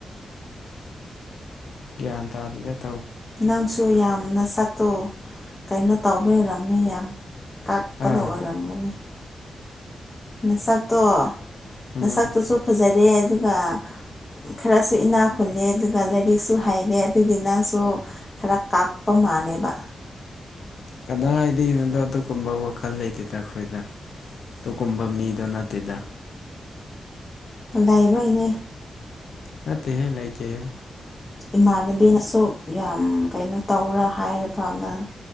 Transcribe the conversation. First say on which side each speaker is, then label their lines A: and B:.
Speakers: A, on the left; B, on the left.
A: ꯌꯦꯟ ꯍꯥꯏꯗꯗꯦ
B: ꯅꯪꯁꯨ ꯌꯥꯝꯅ ꯁꯛꯇꯣ ꯀꯩꯅꯣ ꯇꯤꯔꯔꯝꯃꯦ ꯌꯥꯝ ꯇꯥꯛꯄꯗ
A: ꯑꯥ
B: ꯑꯣꯏꯔꯝꯒꯅꯤ ꯃꯁꯛꯇꯣ
A: ꯎꯝ
B: ꯃꯁꯛꯇꯨꯁꯨ ꯐꯖꯔꯦ ꯑꯗꯨꯒ ꯈꯔꯁꯨ ꯏꯅꯥ ꯈꯨꯜꯂꯦ ꯑꯗꯨꯒ ꯂꯥꯏꯔꯤꯛꯁꯨ ꯍꯩꯔꯦ ꯑꯗꯨꯒꯤ ꯅꯪꯁꯨ ꯈꯔ ꯀꯥꯛꯄ ꯃꯥꯅꯦꯕ
A: ꯀꯗꯥꯏꯋꯥꯏꯗꯩꯅꯣꯗꯣ ꯑꯗꯨꯒꯨꯝꯕ ꯋꯥꯈꯜ ꯂꯩꯇꯦꯗ ꯑꯩꯈꯣꯏꯗ ꯑꯗꯨꯒꯨꯝꯕ ꯃꯤꯗꯣ ꯅꯠꯇꯦꯗ
B: ꯗꯏ ꯃ ꯑꯅꯦ
A: ꯅꯠꯇꯦꯍꯦ ꯂꯩꯇꯦ ꯍꯦ
B: ꯏꯃꯥꯟꯅꯕꯤꯅꯁꯨ ꯌꯥꯝ ꯀꯩꯅꯣ ꯇꯧꯔ ꯍꯥꯏꯔꯔꯕ ꯅꯪ